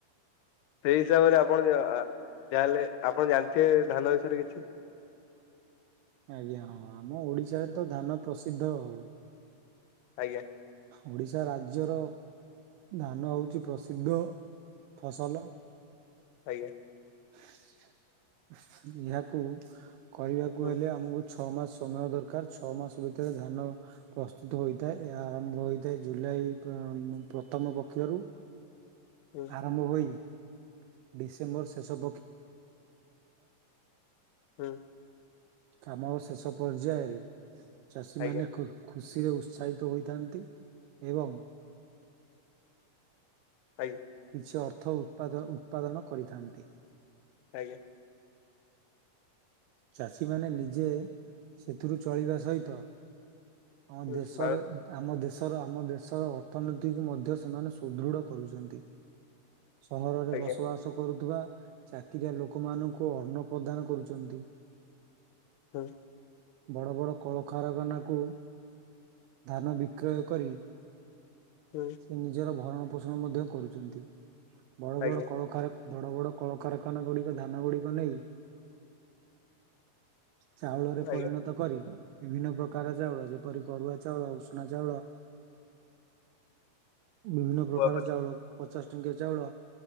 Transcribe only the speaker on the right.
ଆଜ୍ଞା, ହଁ ଆମ ଓଡିଶାରେ ତ ଧାନ ପ୍ରସିଦ୍ଧ ହଉ। <inaudible>
ଓଡ଼ିଶା ରାଜ୍ୟର <inaudible> ଧାନ ହେଉଛି ପ୍ରସିଦ୍ଧ ଫସଲ।
<unintelligible> ହେଲେ,
ଆମକୁ। ଛଅ ମାସ ସମୟ ଦରକାର। ଛଅ ମାସ ଭିତରେ ଧାନ ପ୍ରସ୍ତୁତ ହୋଇଥାଏ। ଏହା ଆରମ୍ଭ ହୋଇଥାଏ, ଜୁଲାଇ ପ୍ରଥମ ପକ୍ଷରୁ।
ଆରମ୍ଭ ହୋଇ। ଡିସେମ୍ବର ଶେଷ
କାମର ଶେଷ ପର୍ଯ୍ୟାୟରେ ଚାଷୀ
ମାନେ। ଖୁସିରେ ଉତ୍ସାହିତ ହୋଇଥାନ୍ତି। ଏବଂ
କିଛି ଅର୍ଥ ଉତ୍ପାଦନ କରିଥାନ୍ତି।
ଚାଷୀମାନେ ନିଜେ ସେଥିରୁ ଚଳିବା ସହିତ ଆମ
ଦେଶରେ,
ଆମ ଦେଶରେ ଆମ ଦେଶର ଅର୍ଥନୀତିକୁ ମଧ୍ୟ ସେମାନେ ସୁଦୃଢ କରୁଛନ୍ତି। ସହରରେ
ବସବାସ କରୁ। ଥିବା ଚାକିରିଆ ଲୋକମାନଙ୍କୁ ଅନ୍ନ ପ୍ରଦାନ କରୁଛନ୍ତି।
ବଡ ବଡ କଳକାରଖାନା କୁ ଧାନ ବିକ୍ରୟ କରି
ସେ ନିଜର ଭଲ ଭରଣ ପୋଷଣ ମଧ୍ୟ କରୁଛନ୍ତି। <inaudible> ବଡ
ବଡ କଳକାରଖାନା। ବଡ ବଡ କଳକାରଖାନା ଗୁଡିକ। ଧାନ ଗୁଡିକ ନେଇ ଚାଉଳରେ
ପରିଣତ କରି ବିଭିନ୍ନ ପ୍ରକାର, କାକରା ଚାଉଳ ଯେପରି, ଅରୁଆ ଚାଉଳ, ଉଷୁନା ଚାଉଳ। ବିଭିନ୍ନ ପ୍ରକାର
ଚାଉଳ। ପଚାଶ ଟଙ୍କିଆ ଚାଉଳ,